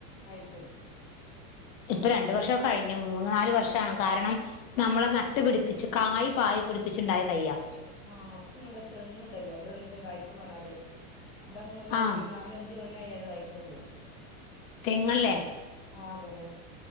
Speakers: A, on the left (about 20°); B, on the left (about 65°).
A: കായ്ക്കും
B: ഇപ്പൊ രണ്ട് വർഷം കഴിഞ്ഞു മൂന്ന് നാല് വർഷാണ് കാരണം നമ്മള് നട്ട് പിടിപ്പിച്ചു കായ് പാകി പിടിപ്പിച്ചുണ്ടായ തൈയ്യാ
A: ആഹ് അപ്പ ഇങ്ങടെ തെങ്ങ്ണ്ടല്ലേ രണ്ട് കൊല്ലത്തില് കായ് ക്കും പറഞ്ഞാണ്ട് രണ്ടോ മൂന്നോ കൊല്ലം
B: ആഹ്
A: കഴിഞ്ഞ് പിന്നെ നാലോ അഞ്ചോ കൊ <unintelligible>
B: തെങ്ങല്ലേ?
A: ആ തെങ്ങ്.